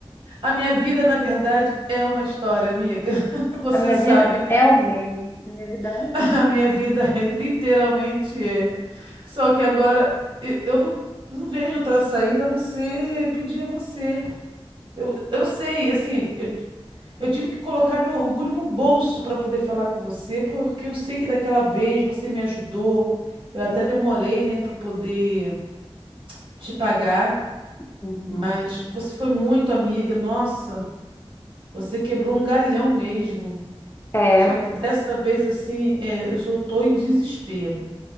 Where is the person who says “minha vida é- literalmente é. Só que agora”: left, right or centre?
Right